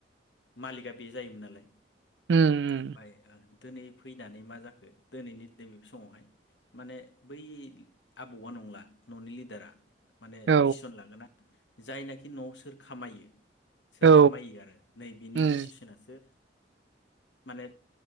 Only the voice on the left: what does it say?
मालिकआ बे जायोमोन नालाय।
ओमफ्राय ओ दिनै फैनानै माजा जाखो दिनैनि नैबे समावहाय माने बै आबौआ नंला ननि लिडारा। माने
दिससन लागोना जायनाखि नआव सोर खामायो सोर
खामायो आरो नै बिनि
डिसिसनासो माने